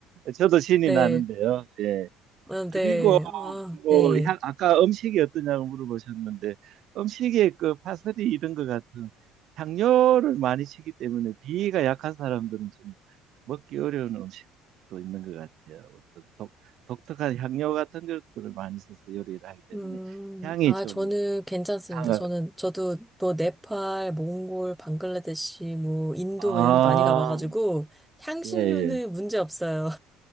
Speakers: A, on the right; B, in the centre.
A: 저도
B: <laughs>
A: 신이
B: 네.
A: 나는데요. 예.
B: 아,
A: 그리고
B: 네. 아,
A: 뭐
B: 네.
A: 향, 아까 음식이 어떠냐고 물어보셨는데 음식에 그 파슬리 이런 것 같은 향료를 많이 치기 때문에 비위가 약한 사람들은 좀 먹기 어려운 음식도 있는 것 같아요. 어떤 독, 독특한 향료 같은 것들을 많이 써서 요리를 하기 때문에
B: 음,
A: 향이
B: 아,
A: 좀
B: 저는 괜찮습니다.
A: 강하.
B: 저는, 저도 뭐, 네팔, 몽골, 방글라데시, 뭐, 인도,
A: 아,
B: 뭐 이런 데 많이 가봐가지고, 향신료는
A: 예, 예.
B: 문제 없어요.